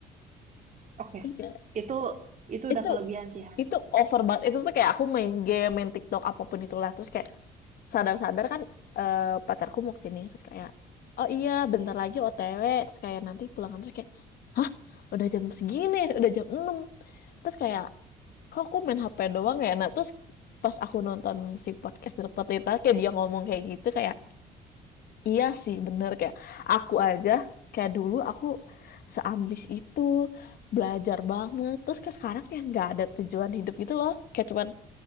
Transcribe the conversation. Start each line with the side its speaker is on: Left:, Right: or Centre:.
Right: Oke.
Left: terus kayak
Right: Itu itu udah
Left: itu
Right: kelebihan sih, Han.
Left: itu over banget itu tuh kayak aku main game main TikTok apapun itulah terus kayak sadar-sadar kan eh, pacarku mau kesini terus kayak oh iya bentar lagi OTW terus kayak nanti pulang kantor kayak hah udah jam segini udah jam enam terus kayak kok aku main HP doang ya nah terus pas aku nonton si podcast Dokter Tirta kayak dia ngomong kayak gitu kayak iya sih bener kayak aku aja kayak dulu aku seambis itu belajar banget terus kayak sekarang kayak nggak ada tujuan hidup gitu loh kayak cuman